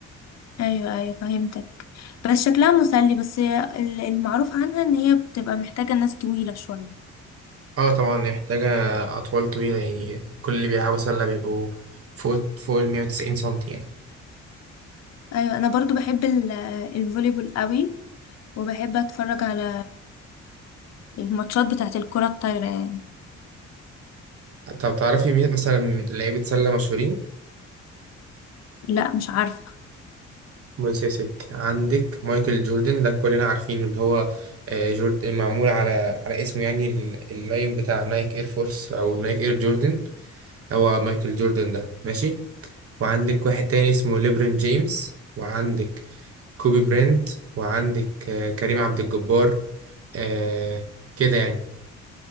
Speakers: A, on the left; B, on the right.
A: ايوه ايوه فهمتك بس شكلها مسلي بس ال- المعروف عنها ان هي بتبقى محتاجه ناس طويله شويه
B: اه طبعا هي محتاجة اطوال طويلة يعني كل اللي بيلعبوا سلة بيبقوا فوق فوق ال 190 سنتي يعني
A: ايوه انا برضو بحب ال- الفوليبول قوي وبحب اتفرج على الماتشات بتاعت الكره الطايره يعني.
B: طب تعرفي مين مثلا لعيبة سلة مشهورين
A: لا مش عارفة
B: بص يا ستي عندك مايكل جوردن ده كلنا عارفينه اللي هو آه، جوردن معمول على على اسمه يعني ال- اللاين بتاع نايك اير فورس او نايك اير جوردن هو مايكل جوردن ده ماشي وعندك واحد تاني اسمه ليبرون جيمس وعندك كوبي برينت وعندك آه، كريم عبد الجبار آه كده يعني